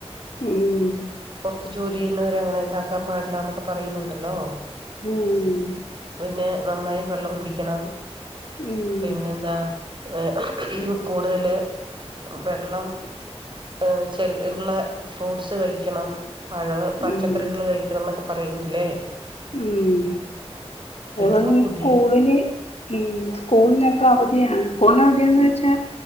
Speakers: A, on the left (about 70°); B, on the right (about 45°).
A: ഉം
B: പുറത്ത് ജോലി ഇന്നുവരെ അങ്ങനെ താക്കാൻ പാടില്ലാന്നൊക്കെ പറയുന്നുണ്ടല്ലോ
A: മ്മ്
B: പിന്നെ നന്നായി വെള്ളം കുടിക്കണം
A: ഉം
B: പിന്നെന്താ വേ കൂടുതല് വെള്ളം ഹ് ചെല്ലുന്ന ഫ്രൂട്ട്സ് കഴിക്കണം പഴ പച്ചക്കറികള്
A: ഉം
B: കഴിക്കണം ന്നൊക്കെ പറയുന്നില്ലേ
A: ഉം
B: പിന്നെപ്പോ
A: അത് പോലെ
B: പുതിയ
A: സ്കൂളില് ഉം സ്കൂളിനൊക്കെ അവധിയാണ് സ്കൂളിനവധിയാ ന്ന് വെച്ചാ